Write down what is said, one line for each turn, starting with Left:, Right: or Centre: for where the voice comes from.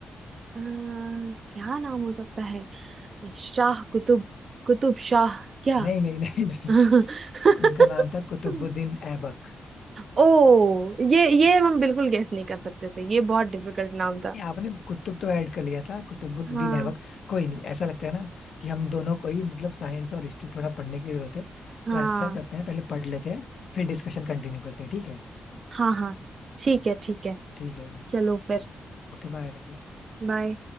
Right: अ, क्या नाम हो सकता है शाह कुतुब कुतुब शाह क्या
Left: नहीं नहीं नहीं नहीं
Right: <laughs>
Left: उनका नाम था कुतुबुद्दीन ऐबक
Right: ओ ये ये हम बिल्कुल गेस नहीं कर सकते थे ये बहुत डिफिकल्ट नाम था
Left: नहीं आपने कुतुब तो ऐड कर लिया था कुतुबुद्दीन
Right: हाँ
Left: ऐबक कोई नहीं ऐसा लगता है ना कि हम दोनों को ही मतलब साइंस और हिस्ट्री थोड़ा पढ़ने की जरूरत है
Right: हाँ
Left: तो ऐसा करते हैं पहले पढ़ लेते हैं फिर डिस्कशन कंटिन्यू करते हैं ठीक है
Right: हाँ हाँ ठीक है ठीक है
Left: ठीक है
Right: चलो फिर
Left: Okay bye
Right: बाय